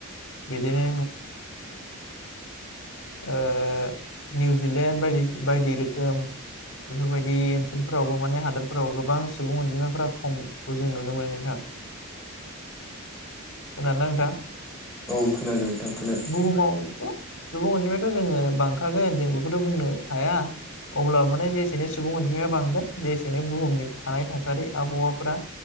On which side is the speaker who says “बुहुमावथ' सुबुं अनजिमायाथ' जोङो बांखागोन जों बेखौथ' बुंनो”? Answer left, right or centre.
Left